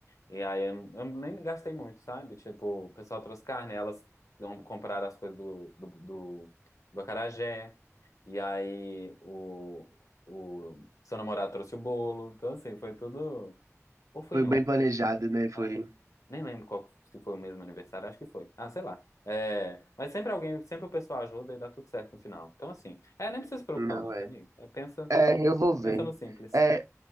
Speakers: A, on the left; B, on the right.
A: e aí eu, eu nem gastei muito, sabe? Tipo, o pessoal trouxe carne, elas com- compraram as coisas do, do, do, do acarajé, e aí o, o seu namorado trouxe o bolo, então assim, foi tudo. Ou foi
B: Foi
A: em
B: bem
A: outro?
B: planejado, né? Foi.
A: Ah, é. Nem lembro qual, se foi o mesmo aniversário, acho que foi. Ah, sei lá. É, mas sempre alguém, sempre o pessoal ajuda e dá tudo certo no final. Então, assim, é, nem precisa se preocupar
B: Não
A: muito,
B: é.
A: amigo. É, pensa,
B: É, eu vou ver.
A: Pensa no simples.
B: É,